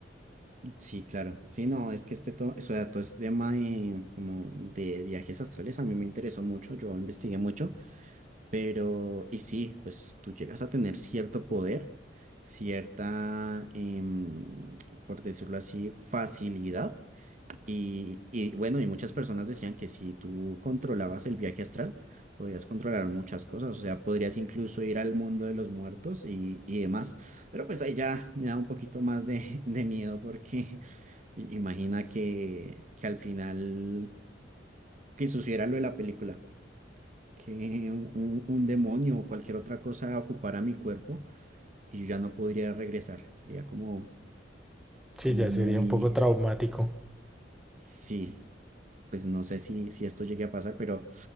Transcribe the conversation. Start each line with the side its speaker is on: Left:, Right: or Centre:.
Right: Sí, claro. Sí, no, es que este todo, o sea, todo este tema de, como de viajes astrales a mí me interesó mucho, yo investigué mucho, pero, y sí, pues tú llegas a tener cierto poder, cierta, em, por decirlo así, facilidad. Y, y bueno, y muchas personas decían que si tú controlabas el viaje astral, podías controlar muchas cosas, o sea, podrías incluso ir al mundo de los muertos y, y demás. Pero pues ahí ya me da un poquito más de, de miedo porque... I- Imagina que, que al final, que sucediera lo de la película, que un, un- un demonio o cualquier otra cosa ocupara mi cuerpo y yo ya no podría regresar. Sería como,
Centre: Sí,
Right: como
Centre: ya
Right: muy,
Centre: sería un poco traumático.
Right: sí, pues no sé si, si esto llegue a pasar, pero,